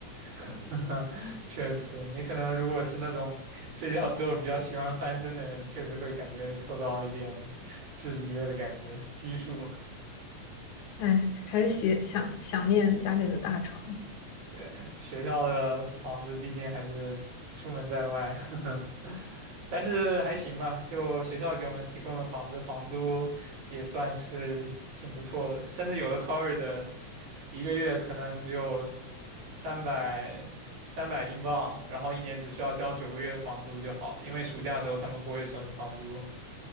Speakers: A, on the right; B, on the left.
A: <laughs> 确实，你可能如果是那种睡觉的时候比较喜欢翻身的人，确实会感觉受到一点制约的感觉，拘束。
B: 哎，还是喜想想念家里的大床。
A: 对，学校的房子毕竟还是出门在外。<laughs> 但是还行吧，就学校给我们提供的房子，房租也算是挺不错的，甚至有的 college 的一个月可能只有三百三百英镑，然后一年只需要交九个月的房租就好，因为暑假的时候他们不会收你房租。